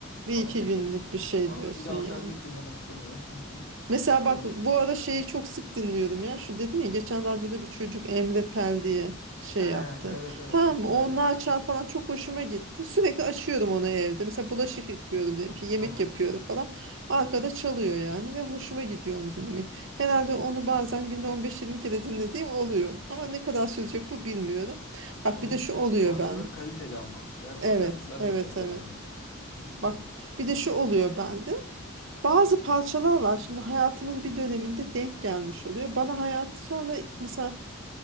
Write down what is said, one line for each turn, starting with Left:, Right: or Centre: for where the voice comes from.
Right: bir
Left: sonra
Right: iki
Left: geçer.
Right: günlük bir şey
Left: Sonra
Right: diyorsun
Left: da bir daha
Right: yani.
Left: o şarkıyı hiç dinlemek istemiyorum. <laughs>
Right: Mesela
Left: Öyle.
Right: bak bu ara şeyi çok sık dinliyorum ya. Şu dedim ya geçen radyoda bir çocuk Emre Fel diye şey
Left: He,
Right: yaptı.
Left: evet evet
Right: Tamam
Left: çok güzel.
Right: o Naçal falan çok hoşuma gitti. Sürekli açıyorum onu evde. Mesela bulaşık yıkıyorum diyelim ki yemek
Left: Tamam.
Right: yapıyorum falan. Arkada çalıyor yani ve hoşuma gidiyor onu dinlemek. Herhalde onu bazen günde 15-20 kere dinlediğim oluyor. Ama ne kadar sürecek bu bilmiyorum. Bak
Left: Onun
Right: bir de şu oluyor
Left: parçaları
Right: bende.
Left: kaliteli ama. Gerçekten
Right: Evet,
Left: ben
Right: evet,
Left: de çok
Right: evet.
Left: beğendim. Hı hı.
Right: Bak bir de şu oluyor bende. Bazı parçalar var şimdi hayatımın bir döneminde denk gelmiş oluyor. Bana hayat sonra mesela